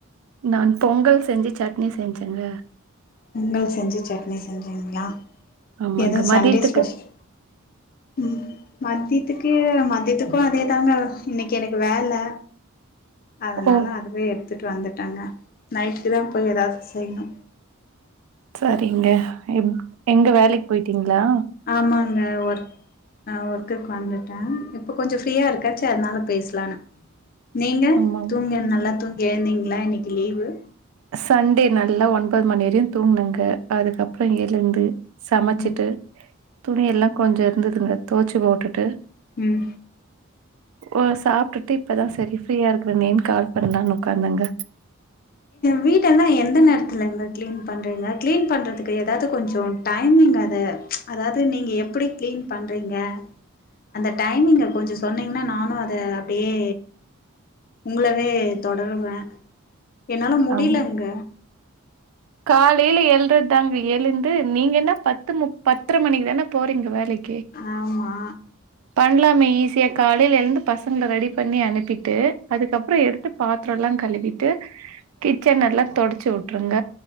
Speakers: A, on the right; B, on the left.
A: நான் பொங்கல் செஞ்சி சட்னி செஞ்சேங்க
B: பொங்கல் செஞ்சி‌சட்னி செஞ்சீங்களா
A: ஆமாங்க
B: எதுவு சண்டே
A: மதியத்துக்கு
B: ஸ்பெஷல் ம் மத்தித்துக்கு மத்தியத்துக்கு அதே தாங்க இன்னைக்கு எனக்கு வேல அதனால
A: ஓ
B: அதுவே எடுத்துட்டு வந்துட்டாங்க நைட்டுக்கு தா போயி ஏதாவது செய்ணு
A: சரிங்க எ எங்க வேலைக்கு போயிட்டீங்ளா
B: ஆமாங்க ஒர்க் ஆ ஒர்க்குக்கு வந்துட்டே இப்போ கொஞ்சோ ஃப்ரீயா இருக்க அதனால பேசலானு நீங்க
A: ஆமா
B: தூங்கி நல்லா தூங்கி எழுந்தீங்களா இன்னைக்கு லீவு
A: சண்டே நல்லா ஒன்பது மணி வரையு தூங்கனுங்க அதுக்கப் ற எழுந்து சமச்சிட்டு
B: ம்
A: துணி எல்லா கொஞ்சோ இருந்ததுங்க தோச்சு போட்டுட்டு
B: உம்
A: ஓ சாப்ட்டுட்டு இப்பதா சரி ஃப்ரீயா இருக்கரனேன்னு கால் பண்ணலான் உக்காந்தங்க
B: வீடல்லா எந்த நேரத்துலங்க கிளீன் பண்றீங்க கிளீன் பண்றதுக் ஏதாவது கொஞ்சோ டைமிங் அது அதாவது நீங்க எப்டி கிளீன் பண்றீங்க அந்த டைமிங்க கொஞ்சோ சொன்னீங்கனா நானு அத அப்டியே உங்களவே தொடருவே என்னால முடியலங்க
A: ஆம் காலையில எழ்றது தாங்க எழுந்து நீங்கனா பத்து மு பத்தரை மணிக்கு தானே போறீங்க வேலைக்
B: ஆமா
A: பண்ணலாமே ஈஸியா காலையில எழுந்து பசங்கள ரெடி பண்ணி அனுப்பிட்டு அதுக்கப்புறோ எடு த்து பாத்திரோல்லா கழுவிட்டு கிச்சனல்லா தொடைச்சு வுட்டுருங்க